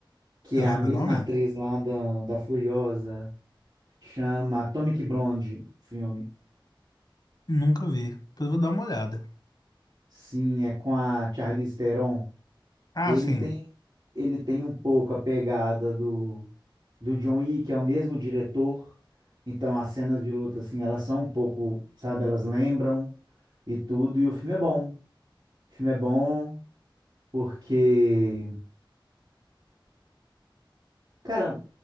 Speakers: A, on the right; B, on the left.
A: que
B: Você
A: é a
B: lembra
A: mesma
B: o nome?
A: atriz lá da, da Furiosa, chama Atomic Blonde, o filme.
B: Nunca vi. Depois eu vou dar uma olhada.
A: Sim, é com a Charlize Theron.
B: Ah,
A: Ele
B: sim.
A: tem, ele tem um pouco a pegada do, do John Wick, que é o mesmo diretor. Então as cenas de luta, assim, elas são um pouco, sabe, elas lembram e tudo. E o filme é bom. O filme é bom porque, cara,